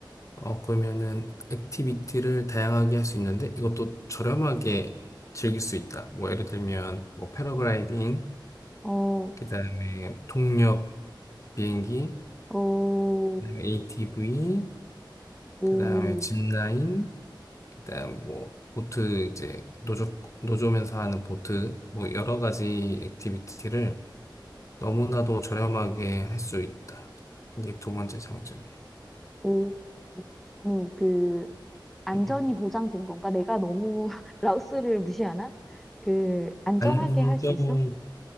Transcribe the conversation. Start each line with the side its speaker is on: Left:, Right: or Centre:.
Left: 어, 그러면은 액티비티를 다양하게 할 수 있는데 이것도 저렴하게 즐길 수 있다. 뭐 예를 들면 뭐 패러글라이딩,
Centre: 어,
Left: 그다음에 동력 비행기,
Centre: 어,
Left: 그다음에 ATV,
Centre: 오.
Left: 그다음에 짚라인, 그다음 뭐 보트 이제 노조 노조면서 하는 보트 뭐 여러 가지 액티비티를 너무나도 저렴하게 할 수 있다. 이게 두 번째 장점이에요.
Centre: 오, 아니, 그, 안전이
Left: 음, 음.
Centre: 보장된 건가? 내가 너무 <laughs> 라오스를 무시하나? 그, 안전하게
Left: 음,
Centre: 할
Left: 안정
Centre: 수 있어?